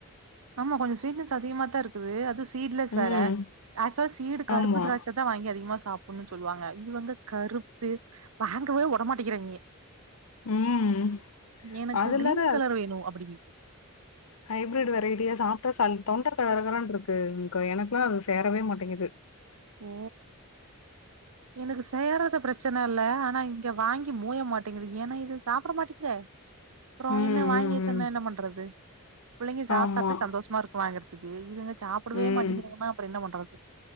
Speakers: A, on the right; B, on the left.
A: ஆமா கொஞ்ச ஸ்வீட்னஸ் அதிகமா தா இருக்குது அது சீட்லஸ் வேற
B: ம்.
A: ஆக்சுலா சீடு கருப்பு
B: ஆமா.
A: திராட்ச இதா வாங்கி அதிகமா சாப்புட்ன்னு சொல்லுவாங்க இவுங்க கருப்பே வாங்கவே உடமாட்டிக்கிறாய்ங்க
B: ம்.
A: எனக்கு
B: அது இல்லாத
A: கிரீன் கலர் வேணு அப்டி
B: ஹைபிரிட் வெரைட்டியா சாப்பிட்டா ச தொண்ட கரகரான்ட்ருக்கு இங்க எனக்குல்லா அது சேரவே மாட்டிங்குது
A: ஓ எனக்கு செய்றது பிரச்சன இல்ல ஆனா இங்க வாங்கி மூய மாட்டேங்குது ஏனா இது சாப்பிட மாட்டிக்குதே அப்றோ
B: ம்,
A: என்ன வாங்கி
B: ம்,
A: வெச்சி
B: ம்.
A: என்ன என்ன பண்றது பிள்ளைங்க சாப்ட்டாத்தா
B: ஆமா.
A: சந்தோஷமா இருக் கு வாங்குறதுக்கு இதுங்க சாப்பிடவே
B: ம்.
A: மாட்டிங்கிதுங்கன்னா அப்றோ என்ன பண்றது